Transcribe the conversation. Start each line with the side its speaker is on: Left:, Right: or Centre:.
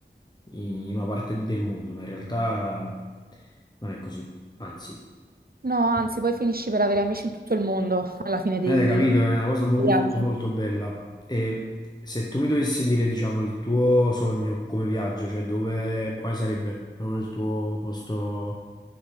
Left: eh, in in una parte del mondo, ma in realtà non è così, anzi.
Right: No, anzi, poi finisci per avere amici in tutto il mondo alla fine dei
Left: Eh, capito, è una cosa mo-
Right: dei
Left: molto
Right: viaggi.
Left: molto bella. E se tu mi dovessi dire, diciamo, il tuo sogno come viaggio, cioè dove, quale sarebbe proprio il tuo posto?